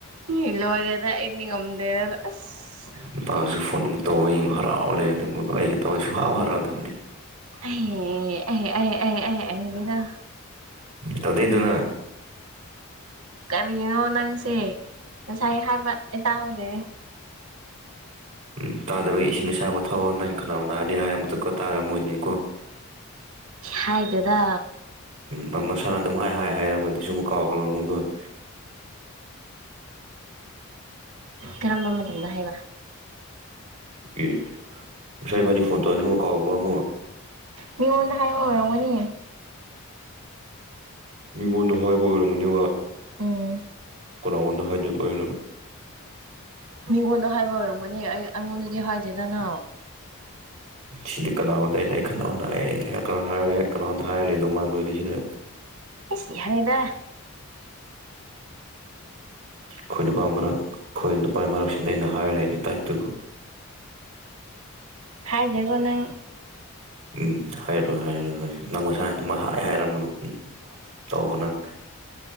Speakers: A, on the right; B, on the right.
A: ꯏꯂꯔꯗ ꯏꯅꯤ ꯉꯝꯗꯦꯔ ꯑꯁ
B: ꯅꯨꯄꯥꯁꯨ ꯐꯣꯟ ꯑꯃꯨꯛ ꯇꯧꯕ ꯌꯥꯝ ꯍꯔꯥꯎꯔ ꯂꯩꯕ ꯑꯗꯨ ꯃ ꯑꯩꯒ ꯇꯧꯁꯨ ꯍꯥꯎ ꯍꯔꯥꯎꯗꯦ
A: ꯑꯦ ꯑꯦ ꯑꯦ ꯑꯦ ꯑꯦ ꯑꯦꯕꯤꯗꯥ
B: ꯇꯗꯩꯗꯨꯅ
A: ꯀꯔꯤꯅꯣ ꯅꯪꯁꯦ ꯉꯁꯥꯏ ꯍꯥꯏꯕ ꯑꯦ ꯇꯥꯍꯧꯗꯦ
B: ꯎꯝ ꯇꯥꯗꯕ ꯏꯁꯤꯡ ꯑꯁꯥꯕ ꯊꯥꯎꯋꯥꯩꯅ ꯈꯅꯥꯎ ꯅꯥꯑꯗꯤ ꯍꯥꯏꯔ ꯃꯇꯨꯡꯗꯨ ꯇꯥꯔꯝꯃꯣꯏꯅꯤꯀꯣ <inaudible>
A: ꯍꯥꯏꯗꯦꯗ
B: ꯃꯔꯝꯅ ꯁꯥꯟꯅꯗꯝ ꯍꯥꯏ ꯍꯥꯏ ꯍꯥꯏꯒꯗꯤꯁꯨ ꯑꯃꯨꯛ ꯀꯥꯎꯈ꯭ꯔꯕ ꯑꯃꯨꯒ <inaudible>
A: ꯀꯔꯝꯕ ꯃꯇꯝꯗ ꯍꯥꯏꯕ
B: ꯑꯦ ꯉꯁꯥꯏꯕꯥꯅꯤ ꯐꯣꯟ ꯇꯧꯔꯁꯤ ꯑꯃꯨꯛ ꯀꯥꯎꯈ꯭ꯔꯝꯃꯨꯣ
A: ꯃꯤꯉꯣꯟꯗ ꯍꯥꯏꯕ ꯑꯣꯏꯔꯝꯒꯅꯤ
B: ꯃꯤꯉꯣꯟꯗ ꯍꯥꯏꯕꯔꯝꯃꯅꯦ
A: ꯎꯝ
B: ꯀꯅꯥꯗ ꯍꯥꯏꯖ ꯑꯣꯏꯅꯣ
A: ꯃꯤꯉꯣꯟꯗ ꯍꯥꯏꯕ ꯑꯣꯏꯔꯝꯒꯅꯤ ꯑꯩ ꯑꯩꯉꯣꯟꯗꯗꯤ ꯍꯥꯏꯗꯦꯗꯅ
B: ꯁꯤꯗꯤ ꯀꯅꯥꯅꯝꯗ ꯑꯩꯅ ꯑꯩ ꯀꯅꯥꯣꯝꯗ ꯍꯥꯏꯩꯅ ꯀꯅꯥ ꯍꯥꯏꯔꯨꯔꯦ ꯀꯅꯥꯣꯝꯗ ꯍꯥꯏꯔꯂꯦ ꯑꯗꯨ ꯃꯥꯟꯕꯣꯏꯅꯤ ꯁꯤꯗ
A: ꯁꯤ ꯌꯥ ꯌꯥꯅꯤꯗ
B: ꯈꯣꯏꯅꯄꯥ ꯃꯔ ꯈꯣꯏ ꯅꯨꯄꯥꯥꯏ ꯃꯔ ꯑꯩꯅ ꯍꯥꯏꯔ ꯂꯩꯅꯤ ꯇꯥꯏꯞꯇꯨꯒꯣ
A: ꯍꯥꯏꯗꯦꯀꯣ ꯅꯪ
B: ꯎꯝ ꯍꯥꯏꯔꯣꯏ ꯍꯥꯏꯔꯣꯏ ꯍꯣꯏ ꯅꯪ ꯃꯁꯥꯅ ꯑꯗꯨ ꯍꯥꯏꯔꯝꯃꯦꯒꯣ ꯎꯝ ꯇꯧꯕꯅꯪ